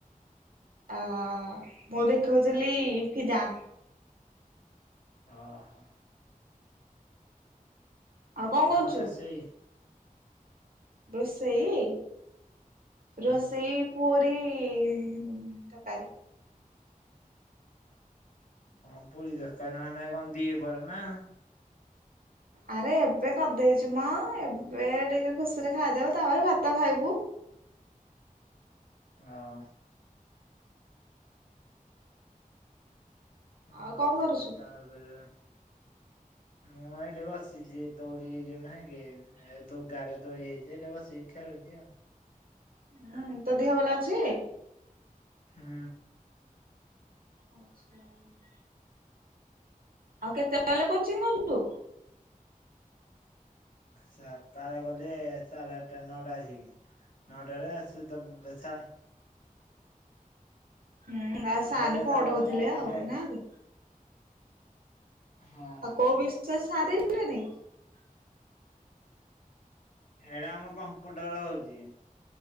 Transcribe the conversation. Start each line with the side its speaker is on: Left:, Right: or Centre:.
Right: ଅ ମୁଁ ଦେଖାଉଥିଲି ଫିଦା
Left: ହଁ ହୋ।
Right: କଣ
Left: ଆଉ
Right: କରୁଛୁ?
Left: କଣରେ ସେଇ
Right: ରୋଷେଇ ରୋଷେଇ
Left: ହୁଁ
Right: ପୁରୀ ଏଁ ତକାରୀ
Left: କଣ ପୁରୀ ଦରକାର ମାନେ କଣ ଦି ପରେ ନା
Right: ଆରେ ଏବେ କରିଦେଇଛିୁ ମ ଏବେ ଟିକେ ଖୁସିରେ ଖାଇଦବୁ ତାପରେ ଭାତ ଖାଇବୁ।
Left: ହଁ। ହଁ
Right: ଆଉ କଣ କରୁଛୁ?
Left: ତାପରେ ମୁଁ ଏଇଡେ ବସିଛି ଦୌଡ଼ି ଯ ନା ହେ ଲ ଗା ରେ ଦୋଳି ହେଇଛି ଏଟା ବସିକ ଖେଳୁଛି ଆଉ
Right: ହଁ ତୋ ଦିହ ଭଲ ଅଛି
Left: ହୁଁ
Right: ଆ୍ଛା <inaudible> ଆଉ କେତେବେଳେ କୋଚିଂ ଗଲୁ
Left: ସକାଳେ ଗଲେ ସାଢେ ଆଠଟା ନଅଟା ଆସିକି ନଅ ଡରେ ଆଛୁ ତ ବଛା <unintelligible>
Right: ହୁଁ ଆ ସା
Left: ଏଗାରଟା
Right: ପଅଟ
Left: ସାଢେ ଏଗାରଟା
Right: ହଉଥିଲେ
Left: ଆଠଟା
Right: ଆହୁରି
Left: ସେ
Right: ନା <unintelligible>
Left: ହଁ
Right: ଆଉ କୋଉ ବିଶ୍ୱାସ୍ ସାଧଲନେ <unintelligible>
Left: ଏଇଟା ଆମ କମ୍ପୁଟର ହଉଛି